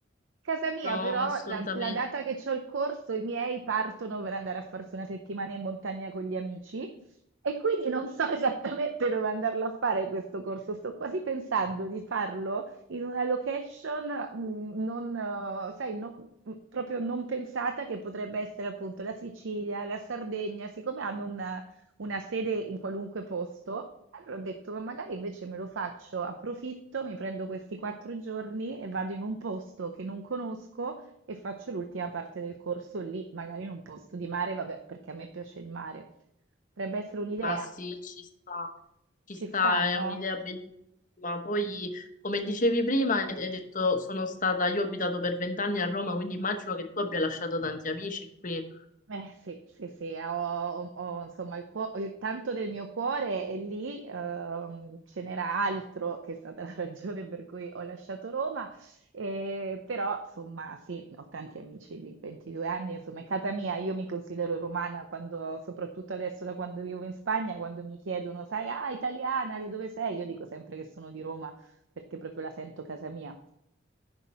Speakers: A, on the right (about 70°); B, on the left (about 40°).
A: Casa mia
B: no,
A: però,
B: assolutamente.
A: la, la data che c'ho il corso, i miei partono per andare a farsi una settimana in montagna con gli amici. E quindi non so <laughs> esattamente dove andarlo a fare questo corso. Sto quasi pensando di farlo in una location mm, non, eh, sai, no- mm, proprio non pensata che potrebbe essere appunto la Sicilia, la Sardegna, siccome hanno una, una sede in qualunque posto, allora ho detto, ma magari invece me lo faccio, approfitto, mi prendo questi quattro giorni e vado in un posto che non conosco e faccio l'ultima parte del corso lì, magari in un posto di mare, vabbè, perché a me piace il mare. Potrebbe essere un'idea,
B: Ma sì, ci sta, ci
A: ci
B: sta,
A: stanno?
B: è un'idea bellissima. Poi, come dicevi prima, hai hai detto, sono stata, io ho abitato per vent'anni a Roma, quindi immagino che tu abbia lasciato tanti amici qui.
A: Eh sì, sì, sì, ho, ho- ho, insomma il, cuo- il tanto del mio cuore è lì, ehm, ce n'era altro che è stata la <laughs> ragione per cui ho lasciato Roma, eh, però insomma sì, ho tanti amici lì, 22 anni, insomma è casa mia, io mi considero romana quando, soprattutto adesso da quando vivo in Spagna, quando mi chiedono, sai, ah, italiana, di dove sei? Io dico sempre che sono di Roma perché proprio la sento casa mia.